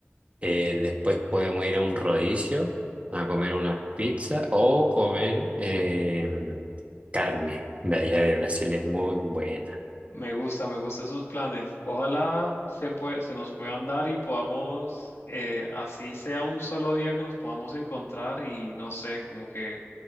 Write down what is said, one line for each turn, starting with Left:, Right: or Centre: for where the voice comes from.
Right: Eh, después podemos ir a un rodicio a comer unas pizzas o comer eh, carne de allá de Brasil, es muy buena.
Left: Me gusta, me gustan esos planes. Ojalá se pue- se nos puedan dar y podamos, eh, así sea un solo día que nos podamos encontrar y no sé, como que